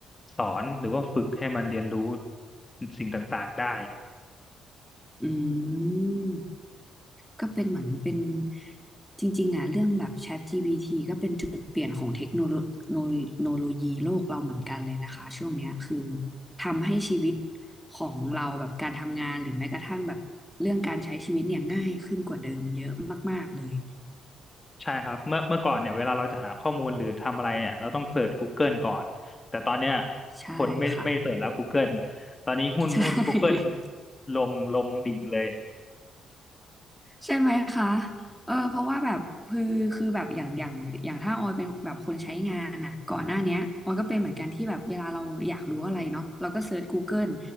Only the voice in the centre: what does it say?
อืม ก็เป็นเหมือนเป็นจริงๆอ่ะเรื่องแบบ ChatGPT ก็เป็นจุดเปลี่ยนของเทคโนโลโนโนโลยีโลกเราเหมือนกันเลยนะคะช่วงเนี้ยคือทำให้ชีวิตของเราแบบการทำงานหรือแม้กระทั่งแบบเรื่องการใช้ชีวิตเนี่ยง่ายขึ้นกว่าเดิมเยอะมากๆเลย
ใช่ค่ะ
ใช่
ใช่ไหมคะเออเพราะว่าแบบคือคือแบบอย่างอย่างอย่างถ้าออยเป็นแบบคนใช้งานอ่ะก่อนหน้าเนี้ยออยก็เป็นเหมือนกันที่แบบเวลาเราอยากรู้อะไรเนาะเราก็เซิร์ช Google